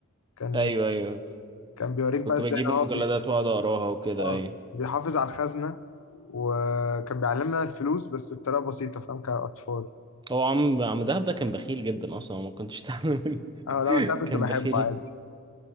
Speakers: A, on the left (about 70°); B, on the right (about 20°).
A: كان
B: ايوه ايوه
A: كان بيوريك
B: كنت
A: بقى ازاي
B: بجيب المجلدات
A: إن هو بي...
B: واقعد اقراها وكده
A: اه
B: ايوه
A: بيحافظ على الخزنه وكان بيعلمنا الفلوس بس بطريقه بسيطه فاهم كاطفال
B: هو عم عم دهب ده كان بخيل جدا اصلا ما كنتش تعمل منه
A: اه لا
B: <laughs>
A: بس انا كنت
B: كان
A: بحبه
B: بخيلة
A: عادي